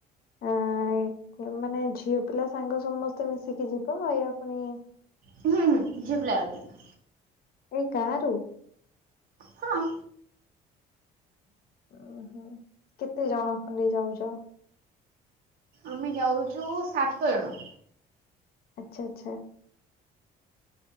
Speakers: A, on the left; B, on the right.
A: ଆଁ ମାନେ ଝିଅ ପିଲା ସାଙ୍ଗ ସମସ୍ତେ ମିଶିକି ଯିବ ୟା ପୁଣି।
B: ହୁଁ ହୁଁ ଝିଅ ପିଲା ଏକା।
A: ଏଇ ଗାଁ ରୁ।
B: ହଁ।
A: ଉଁ ହୁଁ କେତେ ଜଣ ଖଣ୍ଡେ ଯାଉଛ।
B: ଆମେ ଯାଉଛୁ ସାତଜଣ।
A: ଆଚ୍ଛା ଆଚ୍ଛା।